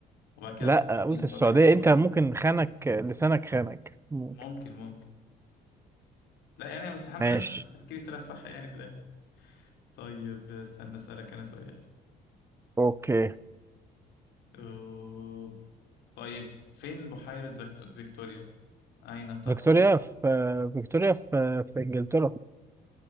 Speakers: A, on the left (about 85°); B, on the right (about 15°).
A: وبعد كده
B: لا
A: افتكرت
B: قلت
A: ان السعودية
B: السعودية
A: كبيرة
B: أنت
A: برضه
B: ممكن خانك لسانك خانك ممكن
A: ممكن ممكن لا يعني بس الحمد
B: ماشي
A: لله تفكيري طلع صح يعني في الاخر طيب استنى اسألك انا سؤال
B: أوكي
A: أه... طيب فين بحيرة فيكتو- فيكتوريا؟ أين تقع
B: فيكتوريا في فيكتوريا في في انجلترا